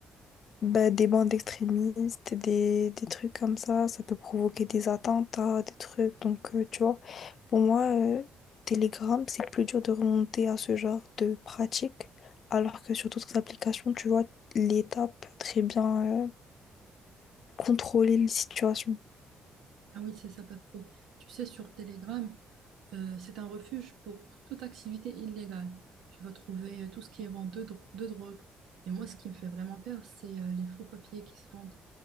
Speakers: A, on the left; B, on the right.
A: Bah, des bandes extrémistes, des, des trucs comme ça, ça peut provoquer des attentats, des trucs. Donc, euh, tu vois, pour moi, euh, Telegram, c'est plus dur de remonter à ce genre de pratique, alors que sur d'autres applications, tu vois, l'État peut très bien euh, contrôler les situations.
B: Ah oui, c'est ça, parce que tu sais, sur Telegram, Euh, c'est un refuge pour toute activité illégale. Tu vas trouver euh, tout ce qui est vente de, dro- de drogue. Et moi, ce qui me fait vraiment peur, c'est euh, les faux papiers qui se vendent.